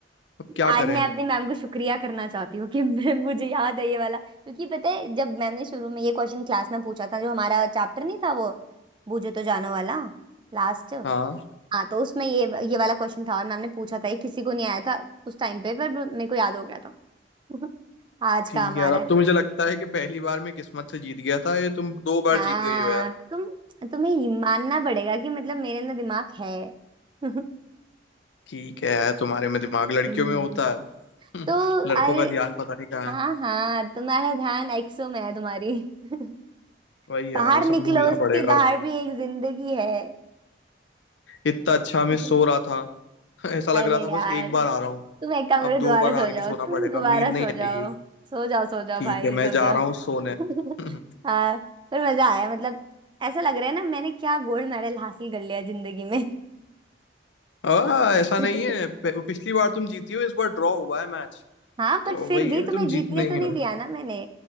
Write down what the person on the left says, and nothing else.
अब क्या
करें
हाँ
ठीक
है
यार
अब
तो मुझे लगता है कि पहली बार मैं किस्मत से जीत गया था ये तुम दो बार
जीत गई हो यार
ठीक है यार तुम्हारे में दिमाग लड़कियों
में होता है
<laughs> लड़कों
का ध्यान पता नहीं कहाँ
है
वही यार
ये सब
भूलना
पड़ेगा
अब
इतना अच्छा मैं
सो रहा था <laughs> ऐसा लग
रहा था
बस एक बार आ रहा हूँ
अब
दो
बार
हार
के सोना
पड़ेगा
अब नींद नहीं
आएगी
ठीक
है मैं
जा
रहा हूँ सोने
<laughs>
आ, ऐसा
नहीं है पि- पिछली बार तुम जीती हो इस बार ड्रॉ हुआ है मैच
तो
वही
है
तुम
जीत नहीं
हो